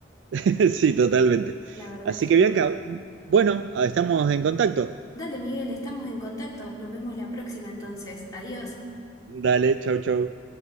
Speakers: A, on the right; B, on the left.
A: <laughs> Sí, totalmente.
B: la verdad
A: Así
B: que sí.
A: que Bianca, bueno, estamos en contacto.
B: Dale, Miguel, estamos en contacto. Nos vemos la próxima entonces. Adiós.
A: Dale, chau, chau.